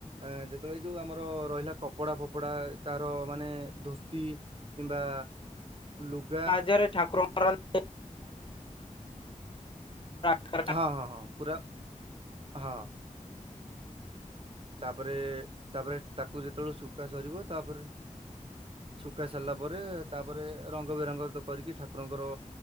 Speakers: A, on the right (about 45°); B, on the left (about 40°).
A: ଏ ଯେତେବେଳେ ଏ ଯୋଉ ଆମର ରହିଲା କପଡ଼ା ଫପଡ଼ା ତାହାର ମାନେ ଧୋତି। କିମ୍ବା ଲୁଗା।
B: ହଜାରେ ଠାକୁରଙ୍କ। <unintelligible>
A: ହଁ ହଁ ହଁ ପୁରା ହଁ। ତାପରେ ତାପରେ ତାକୁ ଯେତେବେଳ ଶୁଖା ସରିବ। ତାପରେ ଶୁଖା ସରିଲା ପରେ ତାପରେ ରଙ୍ଗ ବେରଙ୍ଗ କରିକି ଠାକୁରଙ୍କର